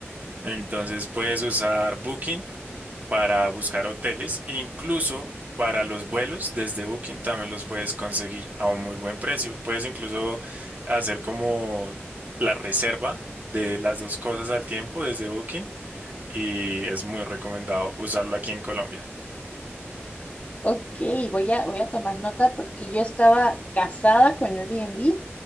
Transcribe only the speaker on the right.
Entonces puedes usar Booking para buscar hoteles, incluso para los vuelos desde Booking también los puedes conseguir a un muy buen precio. Puedes incluso hacer como la reserva de las dos cosas al tiempo desde Booking y es muy recomendado usarlo aquí en Colombia,